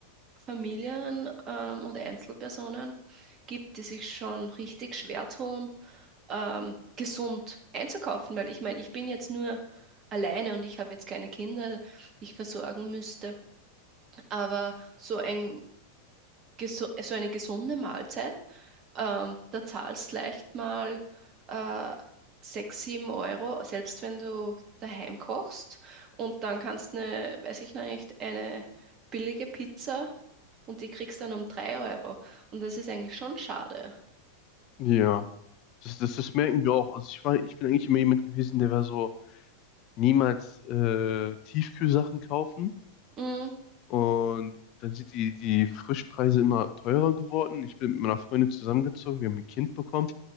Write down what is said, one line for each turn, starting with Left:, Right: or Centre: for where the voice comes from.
Right: Familien ähm, und Einzelpersonen gibt, die sich schon richtig schwer tun, ähm, gesund einzukaufen. Weil ich meine, ich bin jetzt nur alleine und ich habe jetzt keine Kinder, die ich versorgen müsste. Aber so ein geso so eine gesunde Mahlzeit, ähm, da zahlst leicht mal äh, 6, 7 Euro, selbst wenn du daheim kochst. Und dann kannst du eine, weiß ich noch nicht, eine billige Pizza und die kriegst dann um 3 Euro. Und das ist eigentlich schon schade.
Left: Ja, das, das, das merken wir auch. Also ich war, ich bin eigentlich immer jemand gewesen, der war so niemals äh, Tiefkühlsachen kaufen.
Right: Mm,
Left: Und dann sind die, die Frischpreise immer teurer geworden. Ich bin mit meiner Freundin zusammengezogen, wir haben ein Kind bekommen.